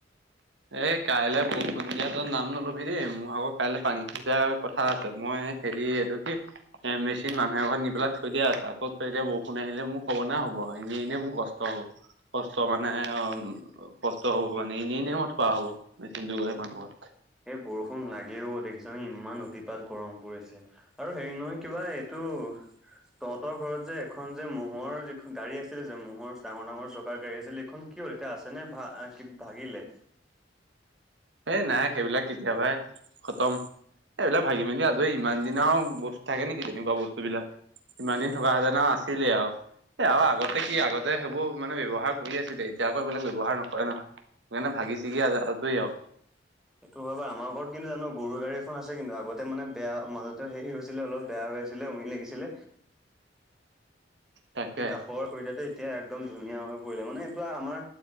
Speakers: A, on the right; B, in the centre.
A: এ, কাইলৈ বৰষুণ দিয়া তই নাম নলবি দেই মোৰ আগত কাইলৈ পানী সিজাৰ কথা আছে মই হেৰি এইটো কি এ মেচিন মানুহ এখন নি পেলাই থৈ দিয়া আছে। আকত এতিয়া বৰষুণ আহিলে মোক হব নে হ'ব এনে এনে মোৰ কষ্ট হ'ব কষ্ট মানে অঁ। কষ্ট হ'ব মানে এনেই এনেই এনেই থোৱা হব মেচিন টো গৈ মানুহৰ।
B: এই বৰষুণ লাগেও দেখিছোন ইমান অতিপাত গৰম পৰিছে। আৰু হেৰি নহয় কিবা এইটো তহঁতৰ ঘৰত যে এখন যে মহ'ৰ যিখন গাড়ী আছিল যে মহ'ৰ ডাঙৰ-ডাঙৰ চৌকাৰ গাড়ী আছিল সেইখন কি হল? এতিয়া আছে নে কি ভাগিলে?
A: এই নাই সেইবিলাক কেতিয়াবাই খতম। এই এইবিলাক ভাগি-মেলি আজ ইমান দিনা আৰু বস্তু থাকে নেকি তেনেকুৱা বস্তুবিলাক। ইমান দিন থকা হেতেন আছিলে আৰু। এ, আৰু আগতে কি আগতে সেইবোৰ মানে ব্যৱহাৰ কৰি আছিলে এতিয়া আকৌ এইবিলাক ব্যৱহাৰ নকৰে নহয়। সেইকাৰণে ভাগি চিগিটেই আৰু।
B: উ। সেইটো হয় বাওঁ আমাৰ ঘৰত কিন্তু জানো গৰু গাড়ী এখন আছে কিন্তু। আগতে মানে বেয়া মাজতে হেৰি হৈছিলে অলপ বেয়া হৈ আছিলে। ছিলে উৰি লাগিছিলে।
A: তাকে।
B: এই কাষৰ খুতটো এতিয়া একদম ধুনীয়া হৈ পৰিলে মানে এইটো আমাৰ